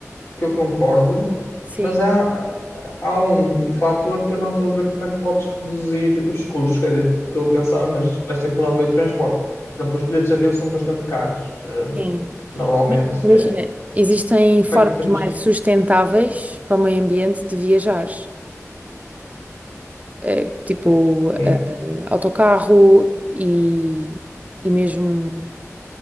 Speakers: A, on the left (about 60°); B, on the right (about 25°).
A: que eu concordo,
B: Sim,
A: mas há, há um fator que eu não estou a ver como é que podes reduzir os custos. Quer dizer, estou a pensar, mas vais ter que mudar de meio de transporte. Por exemplo, os bilhetes de avião são bastante caros, hum,
B: sim.
A: normalmente.
B: Imagina,
A: É,
B: existem formas
A: como é que poderias?
B: mais sustentáveis para o meio ambiente de viajar, Eh, tipo
A: Sim,
B: eh, autocarro e, e mesmo,